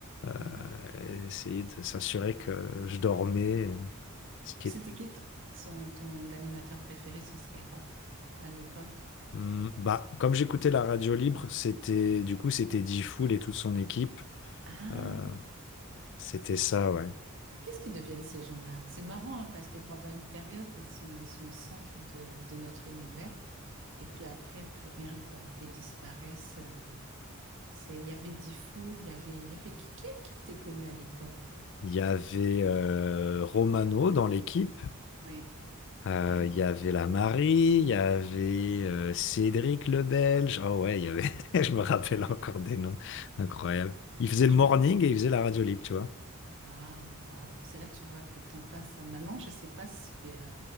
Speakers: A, on the left; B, on the right.
A: euh,
B: Mhm.
A: elle essayait de s'assurer que je dormais. Ce qui
B: C'était
A: est...
B: qui ton, son- ton animateur préféré sur Skyrock à l'époque?
A: Hmm, Bah, comme j'écoutais la radio libre, c'était du coup, c'était Difool et toute son équipe.
B: Ah
A: Euh,
B: oui.
A: c'était ça, ouais.
B: Qu'est-ce qu'ils deviennent ces gens-là? C'est marrant hein, parce que pendant une période, ils sont, ils sont au centre de, de notre univers. Et puis après, plus rien, quoi. Ils disparaissent. euh, C'est, il y avait Diffoul, il y avait, il y avait qui, qui, qui était connu à l'époque?
A: Il y avait euh, Romano dans l'équipe,
B: Ouais,
A: Euh,
B: ouais,
A: il y avait la Marie, il y avait euh, Cédric le Belge. Oh ouais, il y avait, <laughs> je me rappelle encore
B: ouais.
A: des noms. Incroyable. Il faisait
B: Mais
A: le
B: je
A: morning
B: me demande,
A: et il faisait la radio libre, tu vois.
B: waouh, waouh. C'est là que tu vois que le temps passe. hein. Maintenant, je sais pas si, euh,